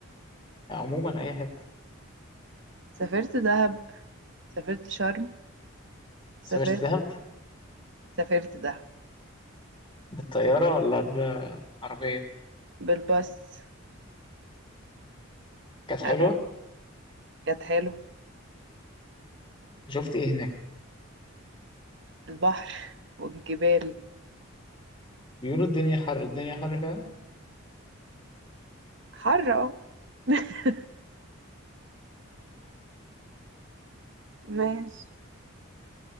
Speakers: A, on the left; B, on the right.
A: عموما أي حتة
B: سافرت دهب سافرت شرم سافرت
A: سافرت دهب
B: سافرت دهب
A: بالطيارة ولا بعربية؟
B: بالباص
A: كانت حلوة
B: آه، كانت حلو
A: شفت إيه هناك؟
B: البحر والجبال
A: بيقولوا الدنيا حر الدنيا حر فعلا
B: حر اه <laughs> ماشي